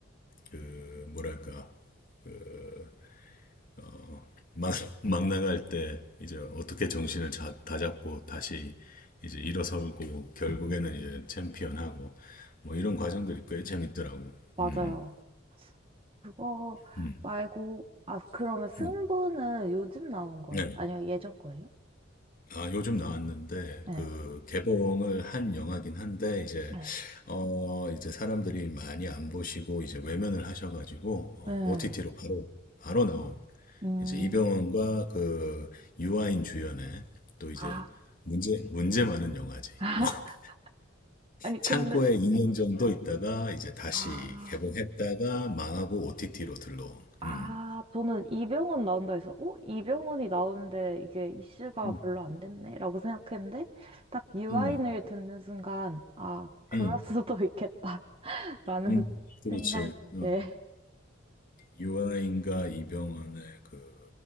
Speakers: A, on the left; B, on the right.
A: 그 뭐랄까 그 어, 막, <laughs> 막 나갈 때 이제 어떻게 정신을 자, 다잡고 다시 이제 일어서고 결국에는 이제 챔피언하고 뭐 이런 과정들이 꽤 재밌더라고.
B: 맞아요.
A: 음,
B: 그거
A: 음,
B: 말고, 아, 그러면 승부는
A: 음.
B: 요즘 나온 거예요?
A: 네.
B: 아니요, 예전 거예요?
A: 아, 요즘 나왔는데,
B: 네,
A: 그, 개봉을 한 영화긴 한데, 이제,
B: 네,
A: 어, 이제 사람들이 많이 안 보시고, 이제 외면을 하셔가지고,
B: 네.
A: OTT로 바로, 바로 나온,
B: 음,
A: 이제 이병헌과 그, 유아인 주연의, 또 이제,
B: 아,
A: 문제, 문제 많은 영화지.
B: <laughs>
A: <laughs>
B: 아니,
A: 창고에
B: 근데,
A: 2년 정도 있다가, 이제 다시
B: 아,
A: 개봉했다가, 망하고 OTT로 들러온.
B: 아,
A: 음.
B: 저는 이병헌 나온다 해서, 어? 이병헌이 나오는데 이게 이슈가
A: 음,
B: 별로 안 됐네? 라고 생각했는데, 딱 유아인을
A: 음,
B: 듣는 순간, 아, 그럴
A: 음,
B: 수도 있겠다. <laughs> 라는
A: 음, 그렇지.
B: 생각이
A: 음.
B: <laughs> 네,
A: 유아인과 이병헌의 그,